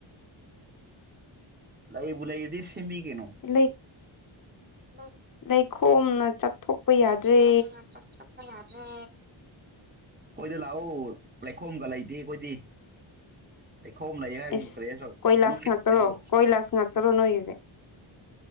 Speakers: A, on the right; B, on the left.
A: ꯂꯩꯕꯨ ꯂꯩꯔꯗꯤ ꯁꯦꯝꯕꯤ ꯀꯩꯅꯣ
B: ꯂꯩ ꯂꯩ
A: <unintelligible>
B: ꯂꯩꯈꯣꯝꯅ ꯆꯠꯊꯣꯛꯄ ꯌꯥꯗ꯭ꯔꯦ
A: ꯂꯩꯈꯣꯝ ꯌꯥꯗ꯭ꯔꯦ ꯑꯩꯈꯣꯏꯗ ꯂꯥꯛꯎ ꯂꯩꯈꯣꯝꯒ ꯂꯩꯇꯦ ꯑꯩꯈꯣꯏꯗꯤ ꯂꯩꯈꯣꯝ ꯂꯩ ꯍꯥꯏꯁꯤꯕꯨ
B: ꯑꯦꯁ
A: ꯀꯔꯤꯔꯣ
B: ꯀꯣꯏꯂꯥꯁ
A: ꯅꯨꯡ ꯍꯦꯛ
B: ꯉꯥꯛꯇꯔꯣ
A: ꯊꯣꯝꯖꯤꯜꯂꯣ
B: ꯀꯣꯏꯂꯥꯁ ꯉꯥꯛꯇꯔꯣ ꯅꯣꯏꯒꯤꯁꯦ